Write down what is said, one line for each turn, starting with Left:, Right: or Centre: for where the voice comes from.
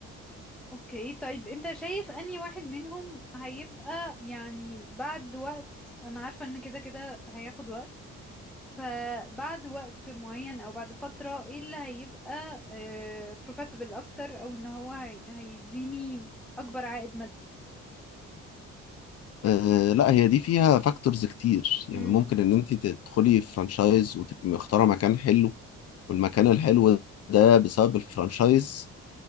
Centre: اوكي طيب انت شايف اني واحد منهم هيبقى يعني بعد وقت انا عارفة ان كده كده هياخد وقت فبعد وقت معين او بعد فترة ايه اللي هيبقى آه profitable اكتر او ان هو هي هيديني اكبر عائد مادي
Left: آه لا هي دي فيها فاكتورز كتير يعني
Centre: امم
Left: ممكن ان انت تدخلي فرانشايز وتبقي مختاره مكان حلو والمكان الحلو ده بسبب الفرانشايز